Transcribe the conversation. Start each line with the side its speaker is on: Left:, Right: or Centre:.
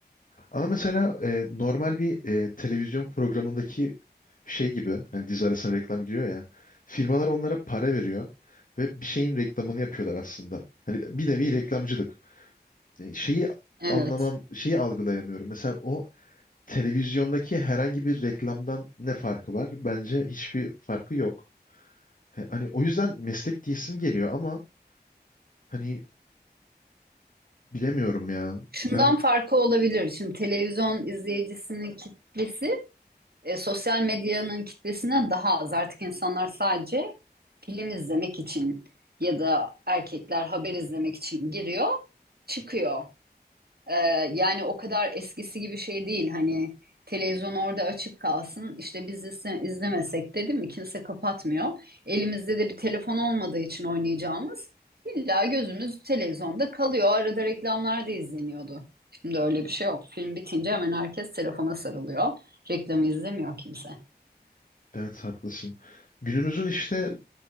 Left: Ama mesela e, normal bir e, televizyon programındaki şey gibi hani dizi arasına reklam giriyor ya. Firmalar onlara para veriyor ve bir şeyin reklamını yapıyorlar aslında. Hani bir nevi reklamcılık. E, şeyi
Right: Evet.
Left: anlamam, şeyi algılayamıyorum. Mesela o televizyondaki herhangi bir reklamdan ne farkı var? Bence hiçbir farkı yok. He- Hani o yüzden meslek diyesim geliyor ama hani bilemiyorum ya.
Right: Şundan
Left: Ben
Right: farkı olabilir. Şimdi televizyon izleyicisinin kitlesi e, sosyal medyanın kitlesinden daha az. Artık insanlar sadece film izlemek için ya da erkekler haber izlemek için giriyor, çıkıyor. Ee, yani o kadar eskisi gibi şey değil hani televizyon orada açık kalsın işte biz izle- izlemesek de değil mi kimse kapatmıyor. Elimizde de bir telefon olmadığı için oynayacağımız illa gözümüz televizyonda kalıyor. Arada reklamlar da izleniyordu. Şimdi öyle bir şey yok. Film bitince hemen herkes telefona sarılıyor. Reklamı izlemiyor kimse.
Left: evet haklısın. Günümüzün işte